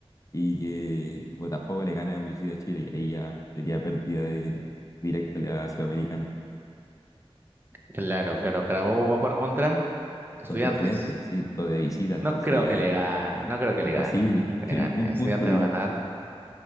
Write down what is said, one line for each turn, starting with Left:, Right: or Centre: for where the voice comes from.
Left: y que Botafogo le gana a la Universidad de Chile y ahí ya sería pérdida de, directa de la Sudamericana
Right: Claro, claro. Carabobo va a jugar contra Estudiantes.
Left: contra Estudiantes, sí, lo de visita, entonces
Right: No creo
Left: ya
Right: que le gane, no creo que
Left: imposible,
Right: le gane, no creo que
Left: <laughs> tienen
Right: le gane.
Left: un
Right: Estudiantes
Left: punto tiene
Right: va a ganar.